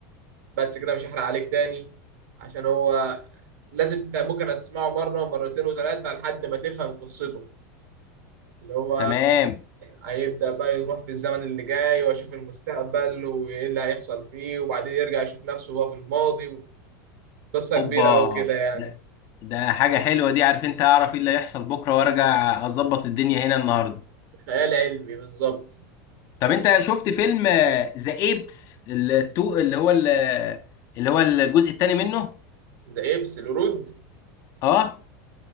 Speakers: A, on the right; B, on the left.
A: بس كده مش هحرق عليك تاني عشان هو لازم انت ممكن هتسمعه مرة ومرتين وثلاثة لحد ما تفهم قصته اللي هو
B: تمام
A: هيبدأ بقى يروح في الزمن اللي جاي ويشوف المستقبل وإيه اللي هيحصل فيه وبعدين يرجع يشوف نفسه وهو في الماضي قصة
B: اوبا
A: كبيرة أوي كده يعني
B: ده ده حاجه حلوه دي عارف انت اعرف ايه اللي هيحصل بكره وارجع اظبط الدنيا هنا النهارده
A: خيال علمي بالظبط
B: طب انت شفت فيلم ذا ايبس التو اللي هو ال- اللي هو الجزء الثاني منه
A: زي إبس القرود
B: اه